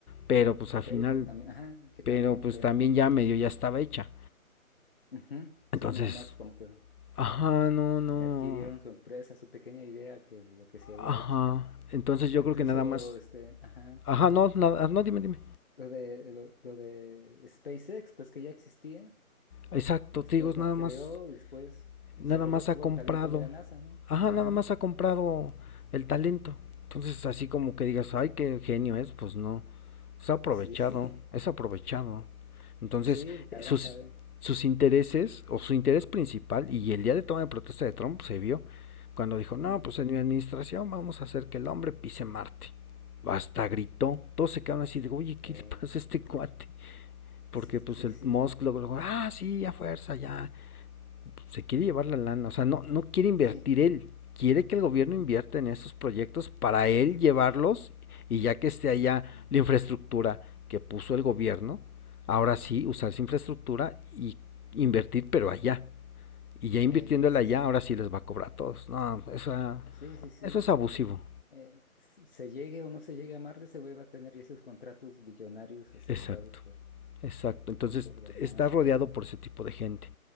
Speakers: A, on the left; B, on the left.
A: pero pues al final,
B: PayPal también, ajá, que
A: pero
B: también
A: pues
B: fue,
A: también
B: ¿no?
A: ya medio ya estaba hecha.
B: Ujú,
A: Entonces,
B: Sí, nada más como que
A: ajá, no, no,
B: le adquirieron su empresa, su pequeña idea que lo que se había
A: ajá.
B: hecho.
A: Entonces
B: Pero
A: yo creo
B: incluso,
A: que nada más,
B: este, ajá,
A: ajá, no, nada, no, dime, dime.
B: lo de, lo, lo de SpaceX, pues que ya existía,
A: Exacto,
B: y después
A: te digo, nada
B: la creó
A: más
B: y después
A: nada
B: se robó
A: más
B: todo
A: ha comprado,
B: el talento de la NASA, ¿no?
A: ajá,
B: Ajá,
A: nada más ha comprado el talento. Entonces, así como que digas, ay, qué genio es, pues no. Es aprovechado,
B: sí, <laughs>
A: es aprovechado. Entonces,
B: sí, el cabrón
A: sus,
B: sabe.
A: sus intereses o su interés principal, y el día de toma de protesta de Trump se vio cuando dijo, no,
B: Mm.
A: pues en mi administración vamos a hacer que el hombre pise Marte. Hasta gritó, todos se quedaron así de, oye, ¿qué
B: Ey,
A: le pasa a este cuate?
B: sí,
A: Porque pues
B: sí,
A: el
B: sí,
A: Musk luego, luego, ah, sí, a fuerza, ya, se quiere llevar la lana, o sea, no, no quiere invertir
B: sí.
A: él, quiere que el gobierno invierta
B: mm,
A: en esos proyectos para él
B: ens-
A: llevarlos y ya que esté allá
B: mm,
A: la infraestructura que puso el gobierno, ahora sí usar esa infraestructura y invertir pero allá. Y ya invirtiéndola
B: ey, sí,
A: allá,
B: sí,
A: ahora sí les va a cobrar a todos. No, eso,
B: sí, sí, sí.
A: eso es abusivo.
B: eh, s- se llegue o no se llegue a Marte, se va a tener ya esos contratos billonarios asegurados
A: Exacto,
B: por,
A: exacto. Entonces
B: por la NASA.
A: está rodeado por ese tipo de gente.